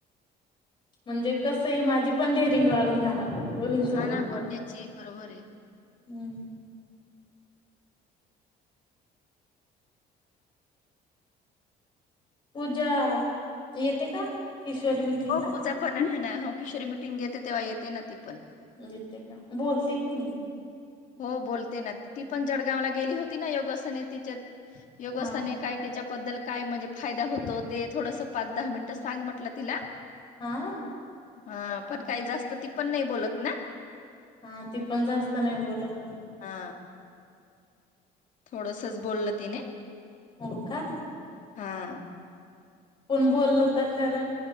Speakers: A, on the left (about 30°); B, on the left (about 50°).
A: म्हणजे कस आहे माझी पण डेरिंग वाढून जाणार. मुलींसोबत
B: ह ना पंडितजी बरोबर आहे.
A: हमं. पूजा येते का? किशोरी मिटिंगला
B: हो पूजा पण आहे ना हो किशोरी मिटिंग घेते तेव्हा येते ना ती पण.
A: येत का बोलते की नाही?
B: हो बोलते ना ती पण जळगावला गेली होती ना योगासने तिच्या योगासने
A: हा
B: काय त्याच्याबद्दल काय म्हणजे फायदा होतो ते थोडस पाच दहा मिनिटं सांग म्हटलं तिला
A: हा
B: हा पण काही जास्त ती पण नाही बोलत ना.
A: हा ती पण जास्त नाही बोलत.
B: हा थोडसच बोलल तिने.
A: हो का?
B: हा
A: पण बोललता खर